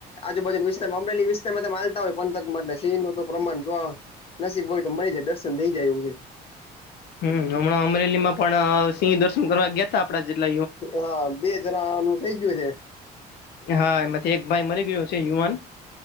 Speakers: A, on the left (about 35°); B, on the left (about 70°).
A: આજુબાજુ વિસ્તારમાં અમરેલી માલતા હોય, પંથકમાં એલે સિ ન તો પ્રમાણ જો નસીબ હોય તો મળી જાય, દર્શન થઈ જાય એવું છે.
B: હમ, હમણાં અમરેલી માં પણ સિંહ દર્શન કરવા ગયા. આપણા જિલ્લા
A: હા, બે જણા નું થઇ ગયું છે.
B: હા, એમાંથી એક ભાઈ મરી ગયો છે યુવાન.